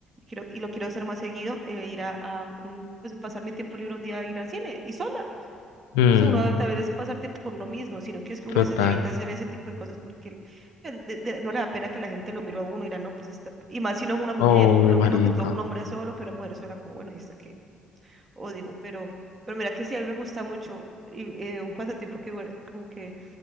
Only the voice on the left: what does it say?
Mm,
total,
obvio,
marica,